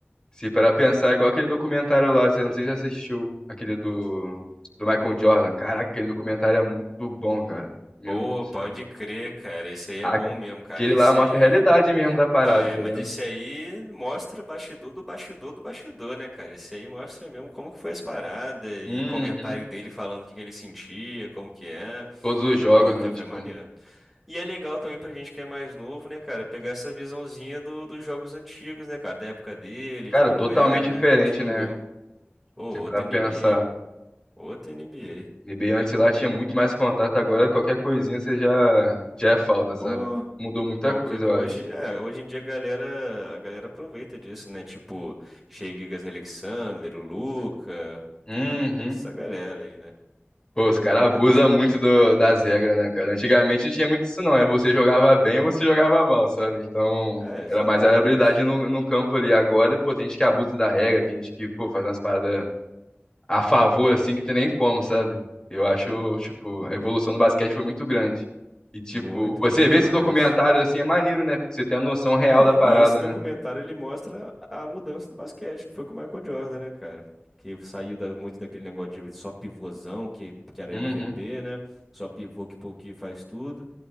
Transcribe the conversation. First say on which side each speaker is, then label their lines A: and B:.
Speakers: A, on the left; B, in the centre.
A: Se parar pra pensar, é igual aquele documentário lá, você não sei se você assistiu, aquele do, do Michael Jordan. Caraca, aquele documentário é muito bom, cara. Meu
B: Pô,
A: Deus do céu.
B: pode crer, cara. Esse aí
A: Aquele
B: é bom mesmo, cara. Esse
A: lá mostra
B: aí.
A: a realidade mesmo da parada,
B: Não, é,
A: tá
B: mas
A: vendo?
B: esse aí mostra o bastidor do bastidor do bastidor, né, cara? Esse aí mostra mesmo como que foi as paradas
A: Uhum.
B: e comentário dele falando o que que ele sentia, como que é.
A: Todos os jogos,
B: Pô, aquilo
A: né? Tipo,
B: foi maneiro. E é legal também pra gente que é mais novo, né, cara, pegar essa visãozinha do, dos jogos antigos, né, cara, da época dele,
A: cara,
B: de como
A: totalmente
B: era,
A: diferente,
B: né, que a gente não
A: né?
B: viu. Pô, outra
A: Você pra pensar.
B: NBA, outra NBA.
A: NBA antes lá tinha muito mais contato, agora qualquer coisinha você já, já é falta, sabe?
B: Pô.
A: Mudou muita
B: Qualquer
A: coisa,
B: co-
A: eu
B: hoje,
A: acho.
B: é, hoje em dia a galera, a galera aproveita disso, né? Tipo, Shea Gigas Alexander, o Luca,
A: Uhum.
B: é, essa galera aí, né?
A: Pô, os
B: Essa
A: caras
B: galera
A: abusam
B: que se aproveita.
A: muito do- das regras, né, cara? Antigamente não tinha muito isso, não. É você jogava bem ou você jogava mal, sabe? Então,
B: É, exatamente.
A: era mais a habilidade no, no campo ali. Agora, pô, tem gente que abusa da regra, tem gente que, pô, faz umas paradas a favor, assim, que tem nem como, sabe? Eu acho, tipo, a evolução do basquete foi muito grande. E, tipo,
B: Muito,
A: você
B: pô, demais.
A: vê esses documentários, assim, é maneiro, né? Porque você tem a noção real
B: É,
A: da parada,
B: e esse documentário
A: né?
B: ele mostra a mudança do basquete, que foi com o Michael Jordan, né, cara? Que saiu da- muito daquele negócio de só pivôzão, que, que era
A: Uhum,
B: MVP, né? Só pivô que pouquinho faz tudo.